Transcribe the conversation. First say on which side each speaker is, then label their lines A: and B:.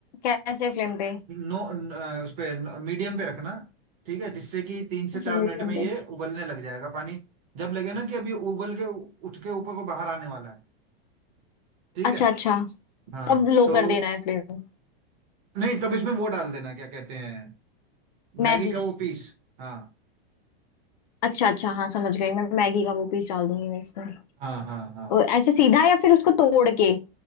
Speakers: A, on the left (about 45°); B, on the right (about 25°).
A: कैसे फ्लेम पे
B: नो न- अ, उस पे मीडियम पे रखना ठीक है जिससे कि तीन से
A: अच्छा
B: चार
A: मीडियम
B: मिनट में ये
A: पे
B: उबलने लग जाएगा पानी जब लगे ना कि अब ये उबल के उ- उठ के ऊपर को बाहर आने वाला है ठीक
A: अच्छा
B: है
A: अच्छा
B: हाँ
A: तब लो
B: तो
A: कर देना है फ्लेम
B: नहीं तब इसमें वो डाल देना क्या कहते हैं
A: मैगी
B: मैगी का वो पीस हाँ
A: अच्छा अच्छा हाँ समझ गई मैं मैगी का वो पीस डाल दूंगी मैं इसमें
B: हाँ हाँ हाँ
A: और ऐसे सीधा या फिर उसको तोड़ के